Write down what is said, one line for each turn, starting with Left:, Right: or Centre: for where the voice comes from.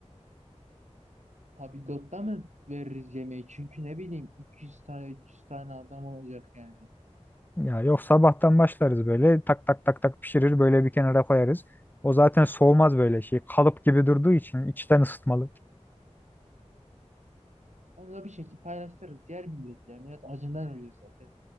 Right: Tabii lotta mı veririz yemeği? Çünkü ne bileyim 200 tane 300 tane adam olacak yani.
Left: Ya yok sabahtan başlarız böyle tak tak tak tak pişirir böyle bir kenara koyarız. O zaten soğumaz böyle şey kalıp gibi durduğu için içten ısıtmalı.
Right: Onu da bir şekilde paylaştırırız. Yer millet ya. Millet acından ölüyor zaten.